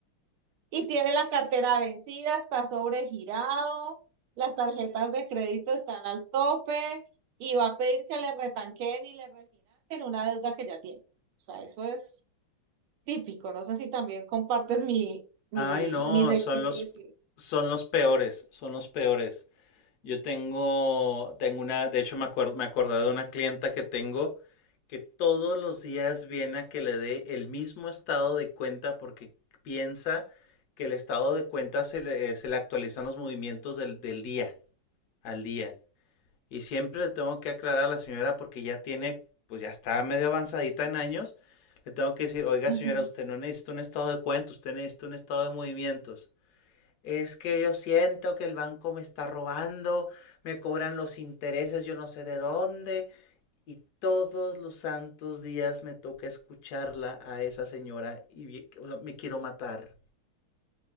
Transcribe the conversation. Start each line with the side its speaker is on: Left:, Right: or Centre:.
Right: y tiene la cartera vencida, está sobregirado, las tarjetas de crédito están al tope y va a pedir que le retanquen y le refinancien una deuda que ya tiene. O sea, eso es típico. No sé si también compartes mi, mi,
Left: Ay, no,
Right: mis experiencias.
Left: son los, son los peores, son los peores. Yo tengo, tengo una, de hecho me acuerdo, me acordé de una clienta que tengo que todos los días viene a que le dé el mismo estado de cuenta porque piensa que el estado de cuenta se le, se le actualizan los movimientos del, del día al día. Y siempre le tengo que aclarar a la señora porque ya tiene, pues ya está medio avanzadita en años. Le tengo que decir, oiga
Right: Ujú.
Left: señora, usted no necesita un estado de cuenta, usted necesita un estado de movimientos. Es que yo siento que el banco me está robando, me cobran los intereses, yo no sé de dónde. Y todos los santos días me toca escucharla a esa señora y o sea, me quiero matar.